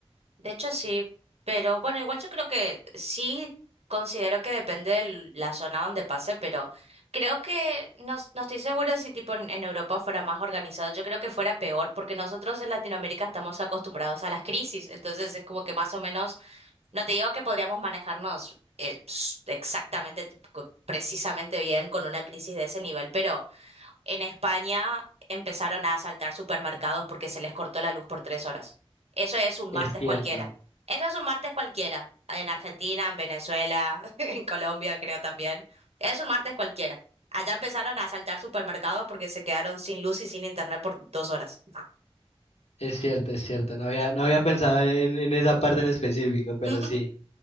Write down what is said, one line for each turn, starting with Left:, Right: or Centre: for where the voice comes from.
Right: De hecho, sí, pero bueno, igual yo creo que sí considero que depende de la zona donde pase, pero creo que no, no estoy segura si tipo en, en Europa fuera más organizado, yo creo que fuera peor, porque nosotros en Latinoamérica estamos acostumbrados a las crisis, entonces es como que más o menos, no te digo que podríamos manejarnos eh, ps- exactamente, tipo, co- precisamente bien con una crisis de ese nivel, pero... En España empezaron a asaltar supermercados porque se les cortó la luz por tres horas. Eso es un martes
Left: Es cierto,
Right: cualquiera. Eso es un martes cualquiera. En Argentina, en Venezuela, <laughs> en Colombia creo también. Es un martes cualquiera. Allá empezaron a asaltar supermercados porque se quedaron sin luz y sin internet por dos horas.
Left: es cierto, es cierto. No había, no había pensado en, en esa parte en específico, pero
Right: <laughs>
Left: sí.